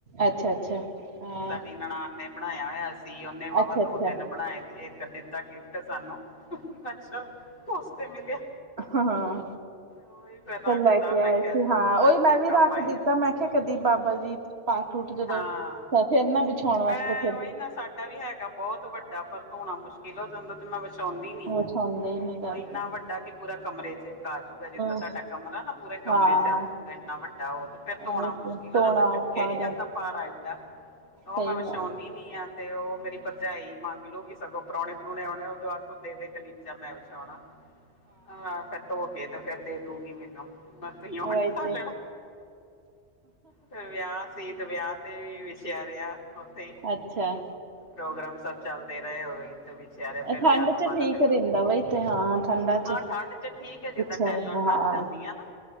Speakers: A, on the right; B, on the left.
A: ਅੱਛਾ ਅੱਛਾ ਹਾਂ
B: ਸਾਡੀ ਨਣਾਨ ਨੇ ਬਨਾਏਆ ਹੋਏਆ ਸੀ ਉਨੇ ਵਾਵਾ
A: ਅੱਛਾ ਅੱਛਾ
B: ਦੋ-ਤਿੰਨ ਬਣਾਏ, ਏਕੱ ਦਿੱਤਾ ਗਿਫਟ ਸਾਨੂੰ। ਅੱਛਾ, ਉਸ ਤੇ ਮਿਲੇਆ।
A: ਹਾਂ
B: ਉਹੀ ਫਿਰ ਰੱਖਦਾ
A: ਲੈ ਕੇ
B: ਮੈਂ
A: ਆਏ
B: ਕਿਹਾ
A: ਸੀ
B: ਚਲੋ
A: ਹਾਂ
B: ਬਾਦ
A: ਉਹੀ ਮੈਂ
B: ਚ
A: ਵੀ
B: ਕੰਮ
A: ਰੱਖ
B: ਆਏਗਾ।
A: ਦਿੱਤਾ ਮੈਂ ਕਿਹਾ ਕਦੀ ਬਾਬਾ ਜੀ ਪਾਠ ਉਠ ਜਦੋਂ
B: ਹਾਂ
A: ਤਾਂ ਫਿਰ ਨਾ ਵਿਛਾਉਣ ਵਾਸਤੇ
B: ਮੈਂ
A: ਫਿਰ
B: ਉਹੀ ਨਾ ਸਾਡੇ। ਗਲੀਚਾ ਵੀ ਹੈਗਾ ਬਹੁਤ ਵੱਡਾ ਪਰ ਧੋਣਾ ਮੁਸ਼ਕਲ। ਪਿਲੋ ਤੇ ਮੈਂ ਵਿਛਾਉਂਦੀ ਨੀ
A: ਵਿਛਾਉਂਦੇ ਹੀ ਨੀ ਕਰਕੇ
B: ਉਹ ਇੰਨਾ
A: ਹਮ
B: ਵੱਡਾ ਕਿ ਪੂਰਾ ਕਮਰੇ ਚ। ਆਜੂਗਾ ਜਿੱਦਾਂ ਤੁਹਾਡਾ
A: ਹਮ
B: ਕਮਰਾ ਨਾ ਪੂਰੇ ਕਮਰੇ
A: ਹਾਂ
B: ਚ ਇੰਨਾ ਵੱਡਾ ਉਹ ਤੇ ਫਿਰ ਧੋਣਾ
A: ਉਹੀ ਤੇ
B: ਮੁਸ਼ਕਿਲ
A: ਧੋਣਾ
B: ਹੋ ਜਾਂਦਾ ਚੁਕ।
A: ਔਖਾ
B: ਕਹਿ ਨੀ
A: ਹੋ
B: ਜਾਂਦਾ ਭਾਰਾ ਏਡਾ
A: ਸਹੀ
B: ਉਹ ਮੈਂ ਵਿਛਾਉਂਦੀ
A: ਗੱਲ
B: ਨੀ ਆ। ਤੇ ਉਹ ਮੇਰੀ ਭਰਜਾਈ ਮੰਗ ਲੂਗੀ ਸਗੋਂ ਪ੍ਰਾਹੁਣੇ ਪਰੁਣੇ ਆਉਣੇ ਉਹ ਆਖੋ ਦੇ ਦੇਗਲੀਚਾ ਮੈਂ ਵਿਛਾਉਣਾ। ਹਾਂ ਫਿਰ ਧੋ ਕੇ ਤੇ ਫੇਰ ਦੇ ਦੂਗੀ ਮੈਨੂੰ। ਬਸ ਤੁਸੀ ਆਂਲੜਾ
A: ਉਹੀ ਤੇ
B: ਫਿਰ ਵਿਆਹ ਚ ਤੀਦ ਵਿਆਹ ਤੇ ਵੀ ਵਿਛਿਆ ਰਿਹਾ ਉੱਥੇ ਹੀ।
A: ਅੱਛਾ
B: ਪ੍ਰੋਗਰਾਮ ਸਭ ਚੱਲਦੇ ਹੀ ਰਹੇ ਉਦੋਂ ਹੀ। ਤਾਂ ਵਿਚਾਰੇ ਫਿਰ
A: ਠੰਡ
B: ਵਿਆਹ ਤੋਂ ਬਾਅਦ
A: ਚ ਠੀਕ ਰਹਿੰਦਾ
B: ਧੋ ਕੇ
A: ਵਈ ਤੇ ਹਾਂ ਠੰਡਾ ਚ
B: ਹਾਂ ਠੰਡ ਚ ਠੀਕ। ਜਿੱਦਾਂ
A: ਬਿਛਿਆ
B: ਟੈਲਾਂ
A: ਰਹਿੰਦਾ
B: ਠਰ
A: ਹਾਂ
B: ਜਾਂਦੀਆਂ ਨਾ।